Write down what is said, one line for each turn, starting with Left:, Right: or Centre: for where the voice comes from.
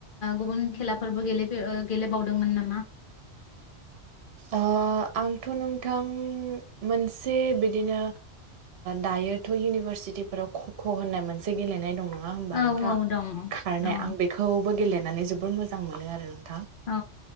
Left: गुबुन खेलाफोरबो गेले गेलेबावदोंमोन नामा?
Right: ओ आंथ' नोंथां मोनसे बिदिनो दायोथ' इउनिभारसिटिफोराव ख ख' होननाय मोनसे गेलेनाय दंङ नोंथां। नङा होमबा
Left: औ
Right: नोंथां
Left: औ दं
Right: खारनाय
Left: दङ
Right: आं बेखौबो गेलेनानै जोबोर मोजां मोनो आरो नोंथां।
Left: औ।